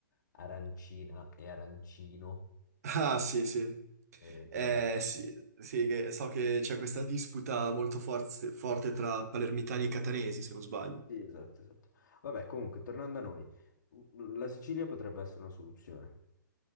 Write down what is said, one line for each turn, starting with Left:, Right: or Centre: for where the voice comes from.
Left: arancina e arancino.
Right: Ah, sì, sì.
Left: eh,
Right: Eh,
Left: che...
Right: sì, sì, che- so che c'è questa disputa molto forz- forte tra palermitani e catanesi, se non sbaglio.
Left: Sì, esatto, esatto. Vabbè, comunque, tornando a noi, la Sicilia potrebbe essere una soluzione.